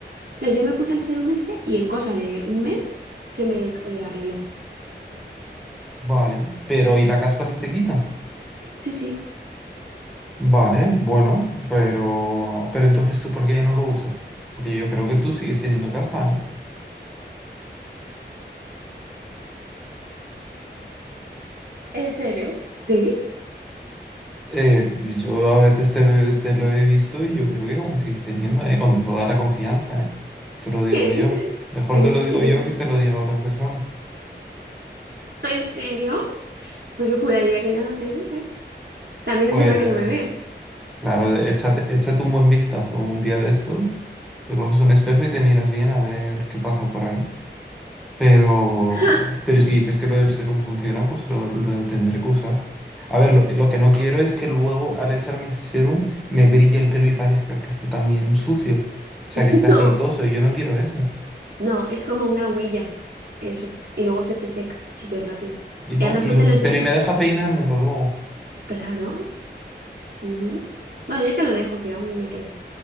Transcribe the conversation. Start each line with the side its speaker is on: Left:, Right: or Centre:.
Right: Entonces yo me puse el serum este y en cosa de un mes se me eh, arregló.
Centre: Vale. Pero ¿y la caspa se te quita?
Right: Sí, sí.
Centre: Vale, bueno, pero, pero entonces tú, ¿por qué ya no lo usas? Porque yo creo que tú sigues teniendo caspa, ¿eh?
Right: ¿En serio? ¿Sí?
Centre: Eh, yo a veces te, te lo he visto y yo creo que aún sigues teniendo, ¿eh? Con toda la confianza, ¿eh? Te lo digo
Right: ¿Qué dices?
Centre: yo. Mejor
Right: ¿En
Centre: te
Right: serio?
Centre: lo digo yo que te lo diga otra persona.
Right: ¿En serio? Pues yo juraría que ya no tengo, ¿eh? También
Centre: Pues
Right: es verdad que no me veo.
Centre: Claro, échate, échate un buen vistazo un día de estos, te coges un espejo y te miras bien a ver qué pasa por ahí. Pero,
Right: ¡Ja!
Centre: pero si dices que lo del serum funciona, pues lo, lo tendré que usar. A ver, lo,
Right: No sé.
Centre: lo que no quiero es que luego al echarme ese serum me brille el pelo y parezca que esté también sucio. O sea,
Right: <laughs>
Centre: que esté aceitoso
Right: No,
Centre: y yo no quiero eso.
Right: no, es como una huilla. Eso. Y luego se te seca súper rápido.
Centre: Y no,
Right: Y además
Centre: y
Right: no
Centre: lo-
Right: te lo echas.
Centre: pero y me deja peinármelo luego.
Right: Claro. ujú. Bueno, yo te lo dejo, que aún me queda.